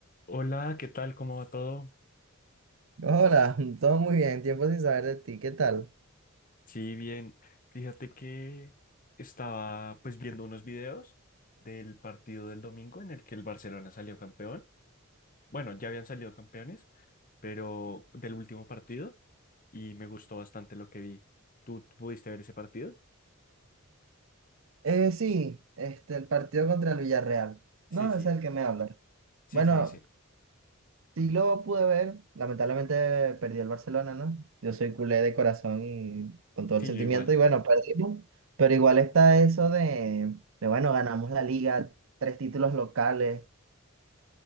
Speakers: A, on the left; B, on the right.
A: Hola, ¿qué tal? ¿Cómo va todo?
B: Hola, <laughs> todo muy bien, tiempo sin saber de ti, ¿qué tal?
A: Sí, bien. Fíjate que estaba pues viendo unos videos del partido del domingo en el que el Barcelona salió campeón. Bueno, ya habían salido campeones, pero del último partido y me gustó bastante lo que vi. ¿Tú pudiste ver ese partido?
B: Eh, sí, este, el partido contra el Villarreal.
A: Sí,
B: No,
A: sí,
B: es el que me habla.
A: sí,
B: Bueno,
A: sí, ese.
B: sí lo pude ver, lamentablemente perdió el Barcelona, ¿no? Yo soy culé de corazón y con todo
A: Sí,
B: el sentimiento,
A: yo igual.
B: y bueno, perdimos, pero igual está eso de, de bueno, ganamos la liga, tres títulos locales.